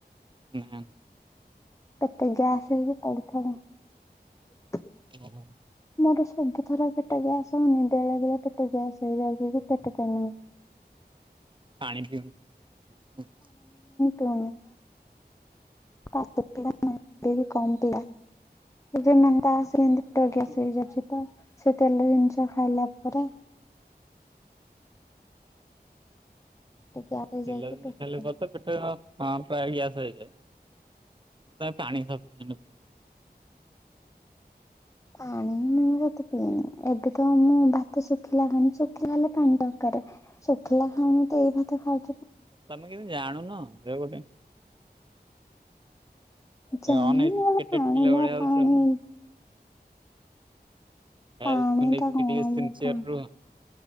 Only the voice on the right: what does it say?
ନାଁ।
ଓହୋ।
ପାଣି। <unintelligible>
ତେଲ ଜିନିଷ
ଖାଇଲେ
ତ ପେଟ ହଁ ପ୍ରାୟ ଗ୍ୟାସ ହେ <inaudible> ପାଣି ସ
ତମେ କେଏନ୍ତି ଜାଣୁନ ଗୋଟେ
ଅନଏଯୁକେଟେ
ପିଲା
ଭଳିଆ ହୋଉଚ।
ହେଲଥ
<unintelligible>
ସିନିସିୟର୍
ରୁହ